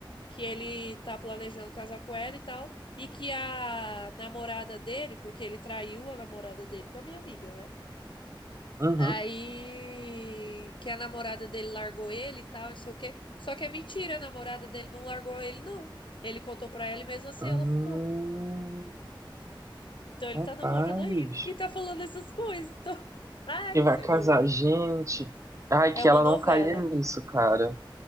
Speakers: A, on the left; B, on the right.
A: que ele tá planejando casar com ela e tal. E que a namorada dele, porque ele traiu a namorada dele com a minha amiga, né?
B: Uhum.
A: Aí que a namorada dele largou ele e tal, não sei o quê. Só que é mentira, a namorada dele não largou ele, não. Ele contou pra ela e mesmo assim
B: Hum,
A: ela ficou. Então ele
B: rapaz.
A: tá namorando ainda. E tá falando essas coisas. Então... <laughs> Ai,
B: que vai
A: senhor.
B: casar. Gente, ai,
A: É
B: que
A: uma
B: ela
A: novela.
B: não caia nisso, cara.